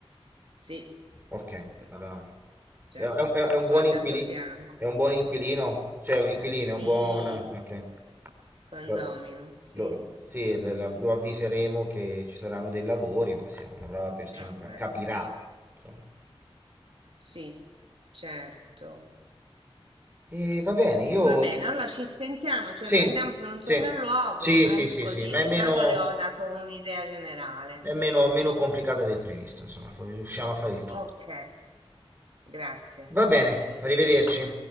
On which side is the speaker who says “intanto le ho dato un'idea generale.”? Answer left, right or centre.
Right